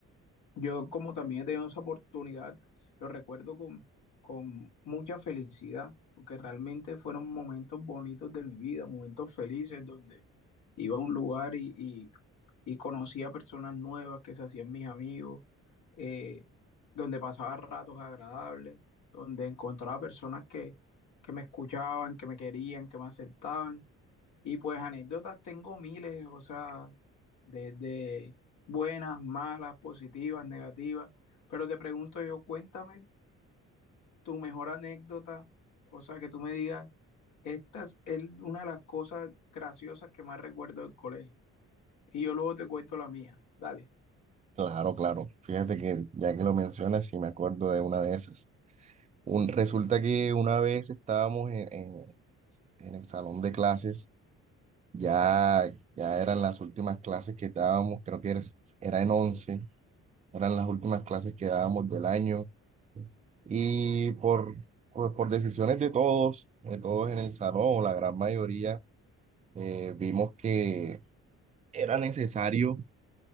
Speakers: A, on the left; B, on the right.
A: Yo como también he tenido esa oportunidad, lo recuerdo con, con mucha felicidad, porque realmente fueron momentos bonitos de mi vida, momentos felices donde iba a un lugar y, y- y conocía personas nuevas que se hacían mis amigos, eh, donde pasaba ratos agradables, donde encontraba personas que, que me escuchaban, que me querían, que me aceptaban. Y pues anécdotas tengo miles, o sea, desde buenas, malas, positivas, negativas. Pero te pregunto yo, cuéntame tu mejor anécdota, o sea, que tú me digas, esta es el- una de las cosas graciosas que más recuerdo del colegio. Y yo luego te cuento la mía. Dale.
B: Claro, claro, fíjate que ya que lo mencionas, sí me acuerdo de una de esas. Un, resulta que una vez estábamos en, en en el salón de clases Ya, ya eran las últimas clases que dábamos, creo que era, era en once eran las últimas clases que dábamos del año y por, pues, por decisiones de todos, de todos en el salón, o la gran mayoría, eh, vimos que era necesario